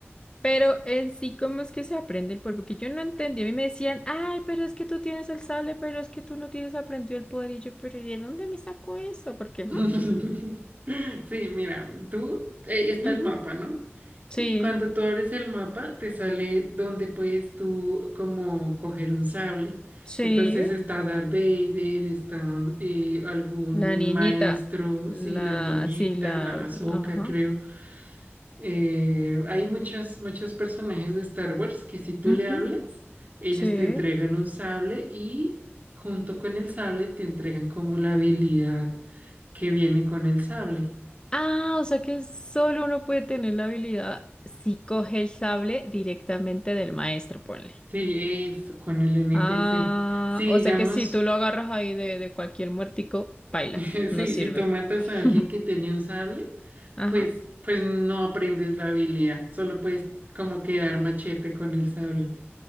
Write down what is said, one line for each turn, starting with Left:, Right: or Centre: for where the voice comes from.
Left: Pero en sí, ¿cómo es que se aprende el poder? Porque yo no entendí. A mí me decían, ay, pero es que tú tienes el sable, pero es que tú no tienes aprendido el poder. Y yo, pero ¿y de dónde me sacó eso? Porque,
Right: <laughs>
Left: ujú,
Right: Sí, mira, tú, eh, está
Left: ujú.
Right: el mapa, ¿no?
Left: Sí,
Right: Y cuando tú abres el mapa, te sale donde puedes tú como coger un sable.
Left: sí.
Right: Entonces está Darth Vader, está eh, algún
Left: La niñita.
Right: maestro,
Left: La,
Right: sí, la niñita,
Left: sí, la,
Right: la Ahsoka,
Left: ajá.
Right: creo. Eh, hay muchos, muchos personajes de Star Wars que si tú
Left: ujú,
Right: le hablas, ellos
Left: Sí.
Right: te entregan un sable y junto con el sable te entregan como la habilidad que viene con el sable.
Left: Ah, o sea que solo uno puede tener la habilidad si coge el sable directamente del maestro, ponle.
Right: Sí, eso, con el NPC.
Left: Ah,
Right: Sí,
Left: o
Right: digamos,
Left: sea que si tú lo agarras ahí de, de cualquier muertico,
Right: <laughs>
Left: baila,
Right: sí,
Left: no sirve.
Right: si tú matas a alguien
Left: <laughs>
Right: que tenía un sable,
Left: Ajá.
Right: pues, pues no aprendes la habilidad, solo puedes como quedar machete con el sable.